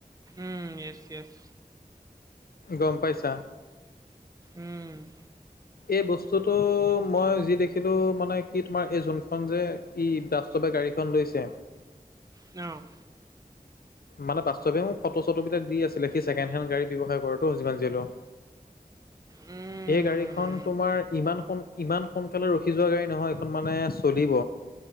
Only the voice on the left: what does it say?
গম পাইছা
এই বস্তুটো মই যি দেখিলোঁ মানে কি তোমাৰ এই যোনখন যে ই বাস্তৱে গাড়ীখন লৈছে
মানে বাস্তৱে মোক ফটো চটোবিলাক দি আছিলে সি চেকেণ্ড হেণ্ড গাড়ী ব্যৱায়াৰ কৰে টো যিমান যি সলেও।
এই গাড়ীখন তোমাৰ ইমান সোন ইমান সোনকালে ৰখি যোৱা গাড়ী নহয় এইখন মানে চলিব